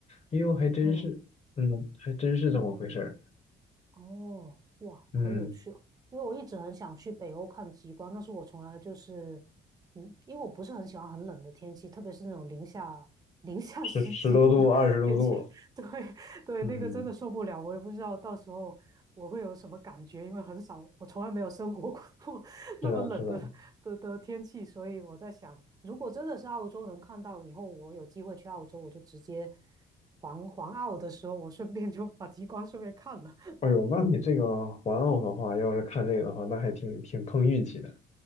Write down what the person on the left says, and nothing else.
哎呦，还真是，
嗯，还真是这么回事儿，
嗯，
十十多度、二十多度，
嗯，
是的，
是的，
哎呦，那你这个环澳的话，要是看这个的话，那还挺挺碰运气的，